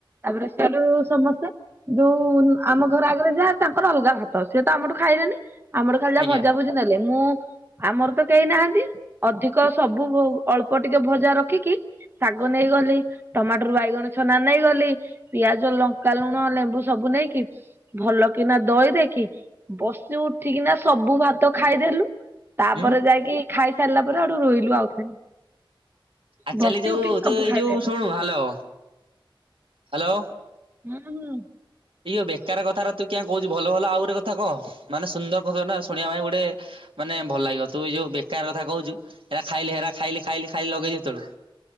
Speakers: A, on the right; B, on the right.
A: ତାପରେ ସରୁ ସମସ୍ତେ ଯୋଉ ଆମ ଘର ଆଗରେ ଯାଆ ତା ଅଲଗା ଭାତ ସିଏ ତ ଆମଠୁ ଖାଇଲେନି ଆମଠୁ ଖାଲି ଯାହା
B: ଆଜ୍ଞା
A: ଭଜାଭୁଜି ନେଲେ ମୁଁ ଆମର ତ କେହି ନାହାନ୍ତି ଅଧିକ ସବୁ ଅଳ୍ପ ଟିକେ ଭଜା ରଖିକି ଶାଗ ନେଇଗଲି ଟମାଟୋରୁ ବାଇଗଣ ଛନା ନେଇଗଲି ପିଆଜ ଲଙ୍କା ଲୁଣ ନେମ୍ବୁ ସବୁ ନେଇକି ଭଲ କିନା ଦଇ ଦେଇକି ବସି ଉଠିକିନା ସବୁ ଭାତ ଖାଇଦେଲୁ। ତାପରେ
B: ହୁଁ
A: ଯାଇକି ଖାଇ ସାରିଲା ପରେ ହେଟୁ ରୁଇଲୁ ଆଉ।
B: ଆକ୍ଚାଲି
A: ବସି
B: ଯୋଉ
A: ଉଠିକି ସବୁ
B: ତୁ ଏ
A: ଖାଇଦେଲୁ।
B: ଯୋଉ ଶୁଣୁ ହାଲୋ, ହାଲୋ।
A: ହୁଁ ହୁଁ।
B: ଇଅ ବେକାର କଥାର ତୁ କିଆଁ କହୁଚୁ ଭଲ ଭଲ ଆଉ ଗୋଟେ କଥା କହ ମାନେ ସୁନ୍ଦର କଥା ଶୁଣିବା ପାଇଁ ଗୋଟେ ମାନେ ଭଲ ଲାଗିବ ତୁ ଏଇ ଯୋଉ ବେକାର କଥା କହୁଛୁ ହେରା ଖାଇଲି ହେରା ଖାଇଲି, ଖାଇଲି, ଖାଇଲି, ଲଗେଇଛୁ ହେତେଳୁ।